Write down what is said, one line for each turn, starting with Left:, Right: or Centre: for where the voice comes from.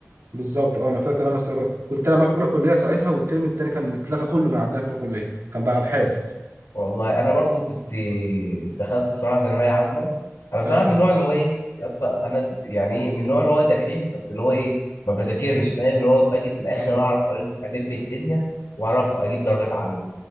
Right: بالظبط اه انا فاكر انا السنه كنت كنت انا بقى في اولى كليه ساعتها والترم الثاني كان اتلغى كله من عندنا في اولى كليه كان بقى ابحاث
Left: والله انا برضو كنت دخلت بصراحه ثانويه عامه انا بصراحه
Right: ايوه
Left: من النوع اللي هو ايه يا اسطى انا يعني ايه من النوع اللي هو دحيح بس اللي هو ايه ما بذاكرش فاهم اللي هو باجي في الاخر
Right: ايوه
Left: اعرف الم الدنيا واعرف اجيب درجات عاليه